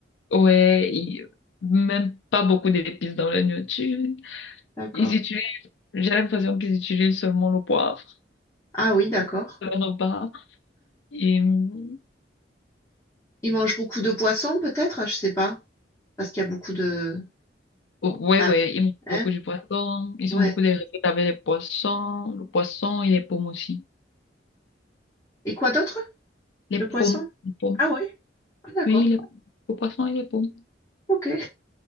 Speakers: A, on the left (about 80°); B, on the left (about 20°).
A: Ouais, ils- même pas beaucoup d'épices dans leur nourriture.
B: d'accord.
A: Ils utilisent, j'ai l'impression qu'ils utilisent seulement le poivre
B: Ah oui, d'accord.
A: dans leur repas. Et, hum,
B: Ils mangent beaucoup de poissons peut-être, Ah, je sais pas, parce qu'il y a beaucoup de...
A: ouais,
B: Ah,
A: ouais, ils mangent
B: hein,
A: beaucoup du poisson. Ils
B: ouais.
A: ont beaucoup de recettes avec les poissons. Le poisson, il est pauvre aussi.
B: Et quoi d'autre?
A: Les
B: Le
A: pommes,
B: poisson?
A: les pommes.
B: Ah ouais. Ah, D'accord.
A: Oui, les, le poisson et les pommes.
B: Ok.